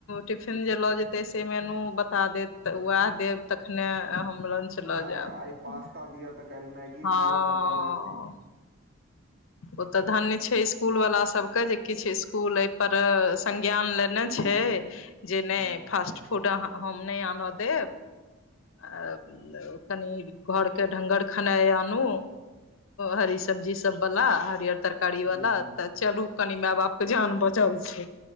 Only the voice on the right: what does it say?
हँ
आइ पास्ता दिया तऽ काइल मैगी
दिअ तऽ काल्हि
हँ
हँ